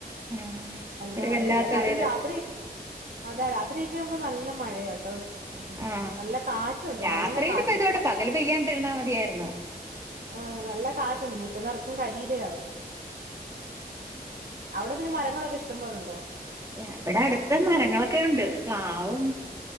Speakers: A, on the right (about 20°); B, on the right (about 65°).
A: ആഹ്
B: നല്ല
A: ഒരു
B: മഴയും
A: വല്ലാത്തൊരിത്
B: അതും രാത്രി- അതെ രാത്രി ഒക്കെ യാവുമ്പോ നല്ല മഴയാട്ടോ
A: ആ
B: നല്ല കാറ്റുണ്ട്
A: രാത്രില്
B: നല്ല കാറ്റുണ്ട്
A: പെയ്തോട്ടെ പകല് പെയ്യാൻടിരുന്ന മതിയാര്ന്നു.
B: ആ നല്ല കാറ്റുണ്ട് മുറ്റം നറച്ചും കരിലയാവും അവടെ പിന്നെ മരങ്ങളൊക്കെ ഇഷ്ടംപോലൊണ്ടോ?
A: ഞാ ഇവിടെ അടുത്ത് മരങ്ങളൊക്കെ യുണ്ട്. പ്ലാവും